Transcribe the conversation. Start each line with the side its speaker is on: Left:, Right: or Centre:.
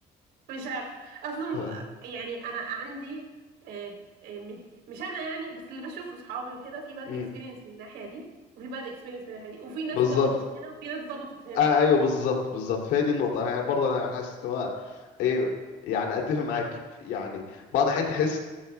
Right: مش عارف اصلا
Left: اه
Right: يعني انا عندي آه، آه، م- مش انا يعني بس اللي بشوفه صحابي وكده في باد
Left: امم
Right: اكسبيرينس من الناحيه دي وفي باد اكسبيرينس من الناحيه دي وفي ناس
Left: بالظبط
Right: ظبطت هنا وفي ناس ظبطت هنا
Left: آه ايوه بالظبط بالظبط فهي دي النقطه انا يعني برضه انا حاسس ان هو ايه يعني اتفق معاك في- يعني بعض الاحيان تحس